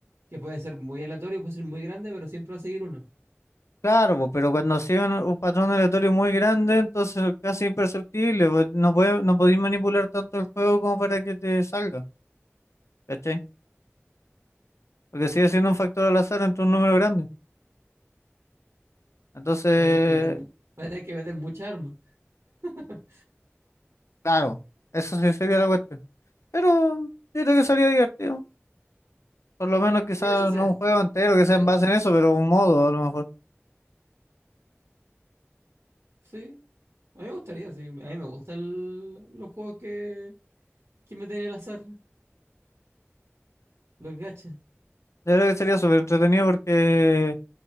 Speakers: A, on the right; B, on the left.
A: que puede ser muy aleatorio, puede ser muy grande, pero siempre va a seguir uno.
B: Claro, po, pero cuando sigue un, un patrón aleatorio muy grande, entonces es casi imperceptible. po. No puede, no podéis manipular tanto el juego como para que te salga, ¿cachai? Porque sigue siendo un factor al azar entre un número grande. Entonces,
A: Va a tener que meter, mu- va a tener que meter mucha arma. <laughs>
B: claro, eso sí sería la cuestión. Pero yo creo que sería divertido. Por lo menos quizás
A: Sí, eso se,
B: no un juego entero que
A: se-
B: sea en base en eso, pero un modo a lo mejor.
A: sí, a mí me gustaría, sí. A mí me gustan el- los juegos que, que meten el azar. Los gachas,
B: Yo creo que sería súper entretenido porque